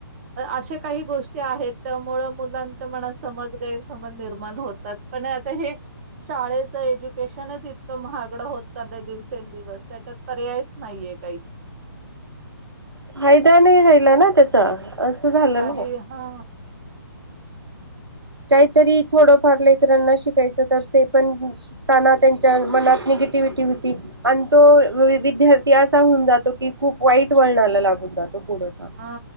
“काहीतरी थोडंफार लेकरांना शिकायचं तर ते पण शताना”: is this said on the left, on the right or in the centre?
Right